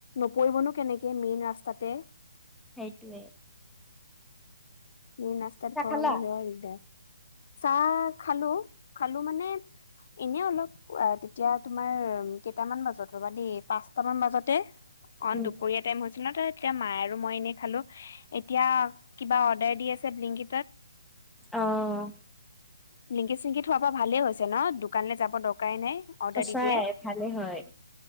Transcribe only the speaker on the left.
নপৰিবনো কেনেকে মেইন ৰাস্তাতে।
মেইন ৰাস্তাত
ঘৰ
হলে সেইয়াই দিকদাৰ। চাহ খালো খালো মানে এনেই অলপ আ তেতিয়া তোমাৰ কেইটামান বজাত ৰ'বা দেই পাঁচটামান বাজাতে অ
দুপৰীয়া টাইম হৈছিল ন তই এতিয়া মায় আৰু মই এনেই খালো। এতিয়া কিবা অৰ্ডাৰ দি আছে ব্লিংকিতত।
ব্লিংকিত চিংকিত সোৱাৰ পৰা ভালেই হৈছে। তেৰেনত দোকানলৈ যাব দৰকাৰাই নাই অৰ্ডাৰ
দি দিয়ে।